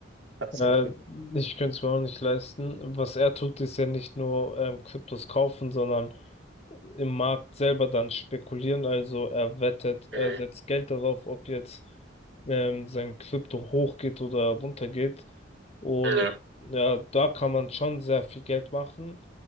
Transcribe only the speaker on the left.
Äh, ich könnte es mir auch nicht leisten. Was er tut, ist ja nicht nur ähm, Kryptos kaufen, sondern im Markt selber dann spekulieren. Also er wettet, er
setzt Geld darauf, ob jetzt ähm, sein Krypto hochgeht oder runtergeht. Und
ja, da kann man schon sehr viel Geld machen.